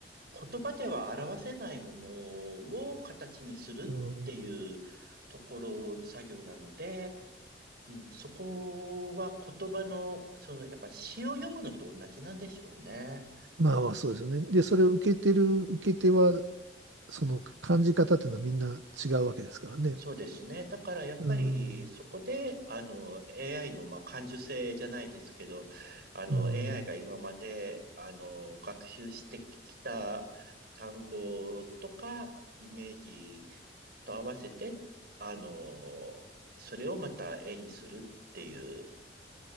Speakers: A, on the right; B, on the right.
A: 言葉では表せないものを形にするっていうところ、
B: うん
A: 作業なので、うん、そこは言葉の、その、やっぱ詩を読むのと同じなんでしょうね。
B: まあまあそうですね。で、それを受けてる受け手はその感じ方っていうのはみんな違うわけですからね。
A: そうですね。だからやっぱりそこで、
B: うん、
A: あの、AI の、まあ、感受性じゃないですけど、あの、
B: うん、
A: AI が今まで、あの、学習してきた単語とか、イメージと合わせて、あの、それをまた絵にするっていう、